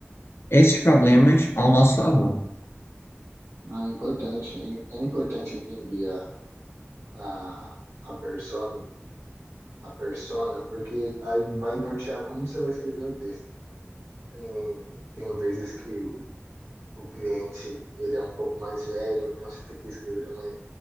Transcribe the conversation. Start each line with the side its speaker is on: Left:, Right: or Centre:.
Left: esses problemas ao nosso favor.
Right: Ah, importante. É importante entender a, a, a persona, a persona, porque aí vai nortear como você vai escrever o texto. Tem, tem vezes que o o cliente ele é um pouco mais velho, então você tem que escrever numa,